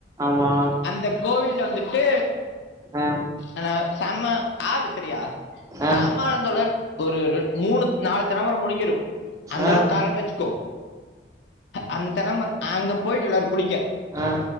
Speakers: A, on the right; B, on the left.
A: ஆமா
B: அந்த கோவில்ல வந்துட்டு
A: ஆ
B: ஆனா செம்ம ஆறு செரியா
A: ஆ
B: செம்ம ஆழந் தோழர் ஒரு ரெண் மூணுத் நாலுத் தென்னமரோ முழுங்கிரு அந்தளவுக்
A: ஆ
B: ஆழோன் வெச்சுக்கோ அந்த தென்னம அங்கப் போய்ட்டு எல்லாரு குளிக்க
A: ஆ